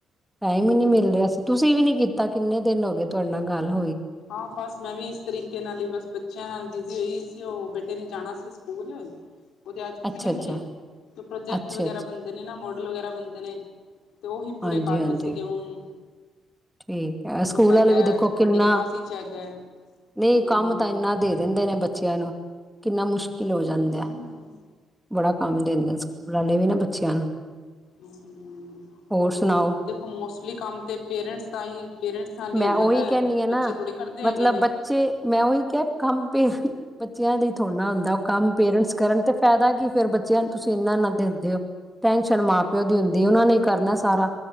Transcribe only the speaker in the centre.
ਟਾਈਮ
ਹੀ ਨਹੀਂ ਮਿਲ ਰਿਹਾ ਸੀ, ਤੁਸੀਂ ਵੀ ਨੀ ਕੀਤਾ ਕਿੰਨੇ ਦਿਨ ਹੋ ਗਏ ਤੁਹਾਡੇ ਨਾਲ ਗੱਲ ਹੋਈ?
ਅੱਛਾ ਅੱਛਾ
ਅੱਛਾ
ਅੱਛਾ
ਹਾਂਜੀ
ਹਾਂਜੀ
ਠੀਕ ਐ।
ਸਕੂਲ
ਵਾਲੇ ਵੀ ਦੇਖੋ ਕਿੰਨਾ,
ਨਹੀਂ
ਕੰਮ ਤਾਂ ਇੰਨਾ ਦੇ ਦਿੰਦੇ ਨੇ ਬੱਚਿਆਂ ਨੂੰ, ਕਿੰਨਾ ਮੁਸ਼ਕਿਲ ਹੋ ਜਾਂਦਾ।
ਬੜਾ ਕੰਮ ਦਿੰਦੇ ਨੇ ਨਾ ਸਕੂਲ ਵਾਲੇ ਵੀ ਨਾ ਬੱਚਿਆਂ ਨੂੰ।
ਹੋਰ ਸੁਣਾਓ
ਮੈਂ
ਉਹੀ ਕਹਿੰਦੀ ਹਾਂ
ਨਾ
ਮਤਲਬ
ਬੱਚੇ ਮੈਂ ਓਹੀ ਕਿਹਾ ਕੰਮ ਪੇਰੈਂਟਸ ਬੱਚਿਆਂ ਲਈ ਥੋੜਾ ਨਾ ਹੁੰਦਾ ਉਹ ਕੰਮ ਪੇਰੈਂਟਸ ਕਰਨ ਤੇ ਫ਼ਾਇਦਾ ਕਿ ਫੇਰ ਬੱਚਿਆਂ ਨੂੰ ਤੁਸੀਂ ਇਨਾਂ ਨਾ ਦਿੰਦੇ ਹੋ। ਟੈਨਸ਼ਨ ਮਾਂ ਪਿਓ ਦੀ ਹੁੰਦੀ ਏ, ਉਹਨਾਂ ਨੇ ਕਰਨਾ ਸਾਰਾ